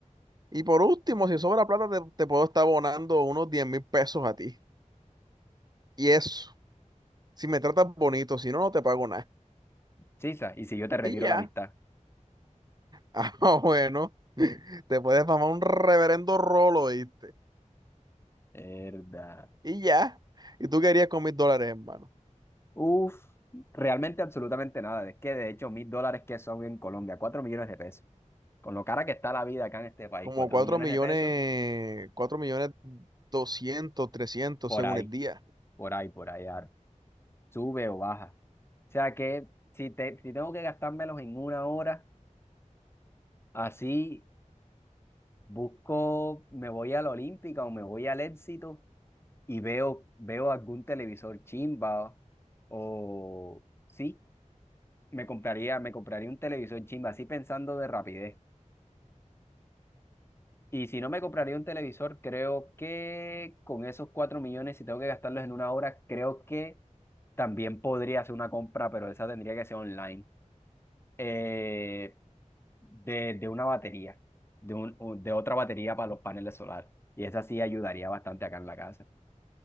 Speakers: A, on the right; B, on the left.
A: Y por último, si sobra plata, te, te puedo estar abonando unos diez mil pesos a ti. Y eso, si me tratas bonito, si no, no te pago nada.
B: Chisa, y si yo te retiro
A: Y ya.
B: la amistad.
A: Ah, <laughs> bueno, te puedes mamar un reverendo rolo, ¿viste?
B: Verdad.
A: Y ya. ¿Y tú querías con mil dólares, hermano?
B: Uf, realmente absolutamente nada. Es que de hecho, mil dólares que son en Colombia, cuatro millones de pesos. Con lo cara que está la vida acá en este país,
A: Como
B: cuatro
A: cuatro
B: millones
A: millones,
B: de pesos,
A: cuatro millones doscientos, trescientos,
B: por
A: según
B: ahí,
A: el día.
B: por ahí, por ahí, ar- sube o baja. O sea que si, te, si tengo que gastármelos en una hora, así busco, me voy a la Olímpica o me voy al Éxito y veo, veo algún televisor chimba o sí, me compraría, me compraría un televisor chimba, así pensando de rapidez. Y si no me compraría un televisor, creo que con esos 4 millones, si tengo que gastarlos en una hora, creo que también podría hacer una compra, pero esa tendría que ser online, eh, de, de una batería, de, un, un- de otra batería para los paneles solares. Y esa sí ayudaría bastante acá en la casa.